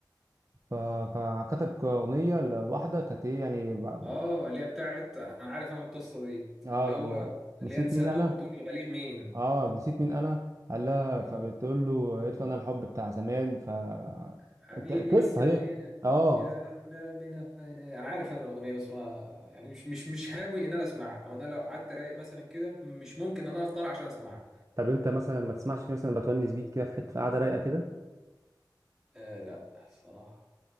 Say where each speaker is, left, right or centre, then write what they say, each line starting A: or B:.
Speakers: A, on the right; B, in the centre.
A: فكتب أغنية لواحدة كانت إيه يعني بقى-
B: اه اللي هي بتاعت انا عارف انا القصه دي
A: آه
B: اللي
A: لما
B: هو اللي
A: نسيت
B: هي نساته
A: مين أنا
B: بتقول يا بليغ مين
A: آه نسيت مين أنا قال لها
B: اه
A: فبتقول له قالت له أنا الحب بتاع زمان ف
B: حبيبي
A: أنت قصة
B: كان
A: هي
B: هنا
A: آه
B: يا لا من هنا انا عارف انا الاغنيه بس ما يعني مش مش مش هاوي ان انا اسمعها او انا لو قعدت رايق مثلا كده مش ممكن ان انا اختار عشان اسمعها
A: طب أنت مثلا ما تسمعش كده مثلا بتونس بيك كده في حتة في قاعدة رايقة كده
B: آه لا الصراحه